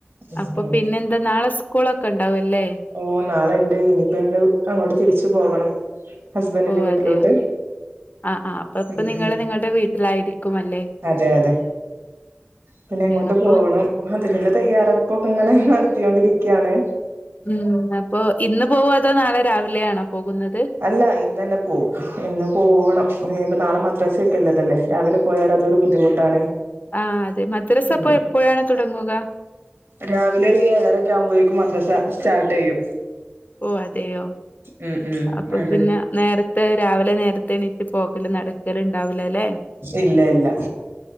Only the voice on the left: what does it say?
അപ്പൊ
പിന്നെന്താ നാളെ സ്കൂളൊക്കെ ഇണ്ടാവുല്ലേ
ഓ
അതെയോ ആ ആ അപ്പ ഇപ്പൊ
നിങ്ങള്
നിങ്ങൾടെ വീട്ടിലായിരിക്കും അല്ലെ
അപ്പൊ
ഉം അപ്പൊ ഇന്ന് പോവോ അതോ നാളെ രാവിലെയാണോ പോകുന്നത്
ആ അതെ മദ്രസ
അപ്പോ എപ്പോഴാണ് തുടങ്ങുക
ഓ അതെയോ
അപ്പൊ
പിന്നെ നേരത്തെ രാവിലെ നേരത്തെ എണീറ്റ് പോകൽ നടക്കൽണ്ടാവൂലല്ലേ